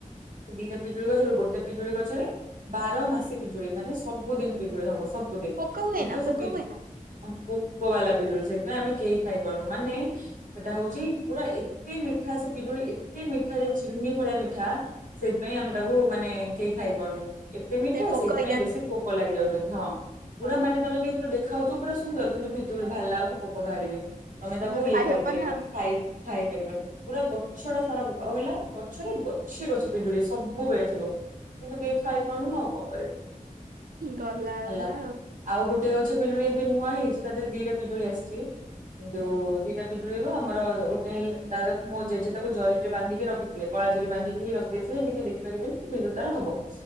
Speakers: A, on the right; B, on the right.
A: ସେ ଦିଟା ପିଜୁଳି ଗଛରୁ ଗୋଟେ ପିଜୁଳି ଗଛରେ ବାର ମାସ ପିଜୁଳି ମାନେ ସବୁଦିନ ପିଜୁଳି ହବ ସବୁଦିନ
B: ପୋକ
A: କିନ୍ତୁ
B: ହୁଏ ନା
A: ସେ
B: ପୋକ
A: ପୋକ
B: ହୁଏ ନା
A: ବାଲା ପିଣ୍ଡୁ ସେଥିାଇଁ ଆମେ କେହି ଖାଇପାରୁନୁ ମାନେ ସେଟା ହଉଛି ପୁରା ଏତେ ମିଠା ସେ ପିଜୁଳି ଏତେ ମିଠା ସେ ଚିନି ଭଳିଆ ମିଠା ସେଇଥିପାଇଁ ଆମେ ତାକୁ ମାନେ କେହି ଖାଇ ପାରୁନି ଏତେ ମିଠା
B: ସେ ପୋକ
A: ସେଇଥିପାଇଁ
B: ହେଇଯାନ୍ତି
A: ବେଶୀ ପୋକ ଲାଗି ଯାଉଛନ୍ତି ହଁ ପୁରା
B: ହଁ
A: ମାନେ ତମେ ଯଦି ଦେଖାଉ ତୁ ପୁରା ସୁନ୍ଦର କିନ୍ତୁ ଭିତରୁ ବାହାରିଲା ପୋକ ବାହାରିବେ ତମେ ତାକୁ
B: ଖାଇ
A: ଇଏ କରିପାରିବନି
B: ହବନି ଆଉ।
A: ଖାଇ ଖାଇ ପାରିବନି ପୁରା ଗଛ ଟା ସାରା ଆଉ ହେଲା ଗଛରେ ଗଛେ ଗଛ ପିଜୁଳି ସବୁ ବଳେ ଥିବ କିନ୍ତୁ କେହି ଖାଇ କଣୁ ଆଉ କଣ କର
B: ଗଲା
A: ହେଲା।
B: ଗଲା
A: ଆଉ ଗୋଟେ ଗଛ ପିଜୁଳି ଏବେ ନୂଆ ହେଇଛି ତାହରେ ଦିଟା ପିଜୁଳି ଆସିଛି ଯୋଉ ଦିଟା ପିଜୁଳିରୁ ଆମର ଗୋଟେ ମୋ ଜେଜେ ତାକୁ ଜରିରେ ବାନ୍ଧିକି ରଖି ଥିଲେ କଳାଜୋରି ବାନ୍ଧିକି ରଖିଦେଇଥିଲେ ଏମିତିଖିପାରିବେ ବିିଲ ତାର ହବ।